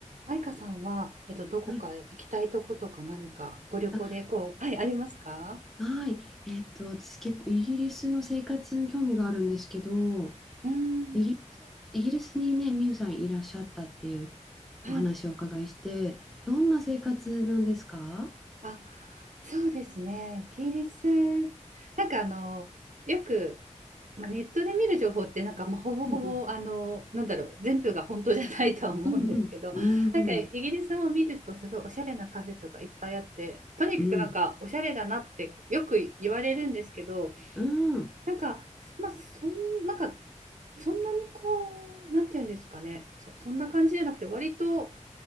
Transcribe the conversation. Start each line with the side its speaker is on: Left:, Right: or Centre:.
Right: マイカさんは、えっと、どこか行きたいとことか何かご旅行でこう、
Centre: はい。あ、
Right: はい、ありますか
Centre: はい。えっと、私結構イギリスの生活に興味があるんですけど、
Right: うーん、
Centre: イギリス、イギリスにね、ミユさんいらっしゃったっていう
Right: はい。
Centre: お話をお伺いして、どんな生活なんですか
Right: あ、そうですね。イギリス、なんかあの、よく、まあ、ネットで見る情報って、なんか、まあ、ほぼほぼ、
Centre: うんうん。
Right: あの、なんだろう、全部が本当じゃないとは思うんですけど、
Centre: うんうん。
Right: <laughs>
Centre: うん
Right: なんかイギリスを見ると、すごいおしゃれなカフェとかいっぱいあって、とにかくなんか、
Centre: うん。
Right: おしゃれだなってよく言われるんですけど、
Centre: うん
Right: なんか、まあ、そん、なんか、そんなにこう、なんていうんですかね、そ、そんな感じじゃなくて、割と、